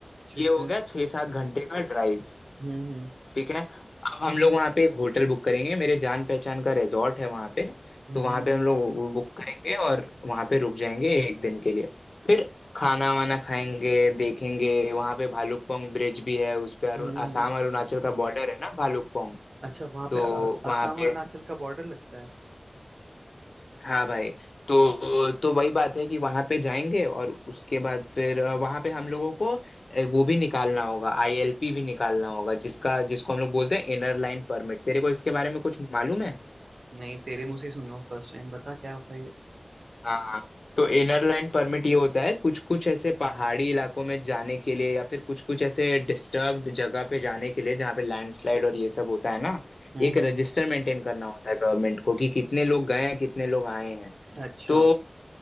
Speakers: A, on the right; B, on the left.
A: ठीक
B: ये हो
A: है
B: गया छः सात घंटे का ड्राइव
A: हम्म हम्म
B: ठीक है अब हम लोग वहाँ पे एक होटल बुक करेंगे मेरे जान पहचान का रिजॉर्ट है वहाँ पे
A: हम्म
B: तो वहाँ
A: हम्म
B: पे हम लोग वो बुक करेंगे और वहाँ पे रुक जाएंगे एक दिन के लिए फिर खाना वाना खाएंगे देखेंगे वहाँ पे भालुकपोंग ब्रिज भी है उस पे अरुण
A: हम्म।
B: आसाम
A: हम्म।
B: अरुणाचल का बॉर्डर है ना भालुकपोंग
A: अच्छा वहां
B: तो
A: पे अ-
B: वहाँ
A: असम और
B: पे
A: अरुणाचल का बॉर्डर लगता है
B: हाँ भाई तो तो वही बात है कि वहां पे जाएंगे और उसके बाद फिर वहां पे हम लोगों को अ, वो भी निकालना होगा आईएलपी भी निकालना होगा जिसका जिसको हम लोग बोलते हैं इनर लाइन परमिट तेरे को इसके बारे में कुछ मालूम है
A: नहीं तेरे मुंह से ही सुन रहा हूँ फर्स्ट टाइम बता क्या होता है ये
B: हाँ तो इनर लाइन परमिट ये होता है कुछ कुछ ऐसे पहाड़ी इलाकों में जाने के लिए या फिर कुछ कुछ ऐसे डिस्टर्ब्ड जगह पे जाने के लिए जहाँ पे लैंडस्लाइड और ये सब होता है ना
A: हम्म
B: एक
A: हम्म
B: रजिस्टर मेंटेन करना होता है गवर्नमेंट को कि कितने लोग गए हैं कितने लोग आए हैं
A: अच्छा
B: तो